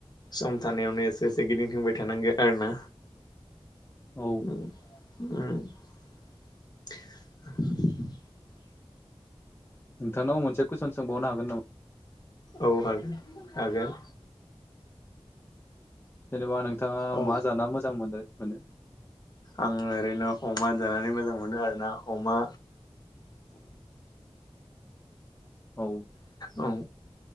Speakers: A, on the left (about 40°); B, on the left (about 20°).
A: सम थानायावनो एसे एसे गिदिंथिंबाय थानांगो आरो ना।
B: औ
A: ओम उम <inaudible>
B: नोंथांनाव मोनसे कुइसन सोंबावनो हागोन नामा?
A: औ हागोन हागोन
B: जेनेबा नोंथाङा
A: औ
B: मा जाना मोजां मोनो मोनो
A: आङो ओरैनो अमा जानानै मोजां मोनो आरोना अमा
B: औ
A: औ